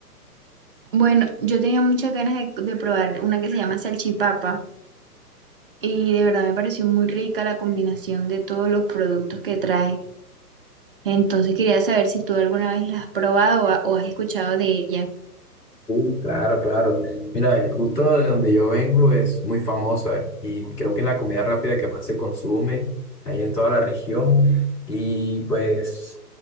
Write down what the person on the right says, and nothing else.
Bueno, yo tenía muchas ganas de, de probar una que se llama salchipapa y de verdad me pareció muy rica la combinación de todos los productos que trae. Entonces quería saber si tú alguna vez la has probado o ha- o has escuchado de ella.